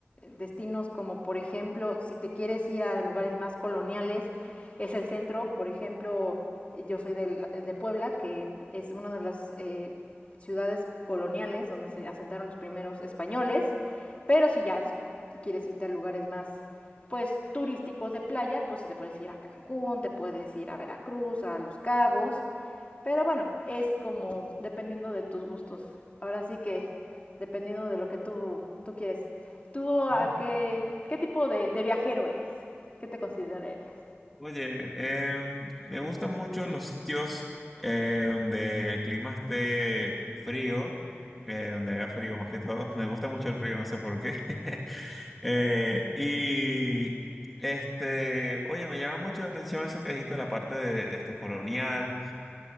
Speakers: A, on the left; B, in the centre.
A: destinos como, por ejemplo, si te quieres ir a lugares más coloniales, es el centro, por ejemplo, yo soy de, de Puebla, que es uno de los eh, ciudades coloniales donde se asentaron los primeros españoles, pero si ya quieres irte a lugares más pues turísticos de playa, pues te puedes ir a Cancún, te puedes ir a Veracruz, a Los Cabos, pero bueno, es como dependiendo de tus gustos. Ahora sí que dependiendo de lo que tú, tú quieres. ¿Tú a
B: Ah,
A: qué, qué tipo de, de viajero eres? ¿Qué te considerarías?
B: Oye, em, me gustan mucho los sitios eh, donde el clima esté frío, eh, donde haga frío más que todo. Me gusta mucho el frío, no sé por qué. <laughs> Eh, y este, oye, me llama mucho la atención eso que dijiste, la parte de este colonial,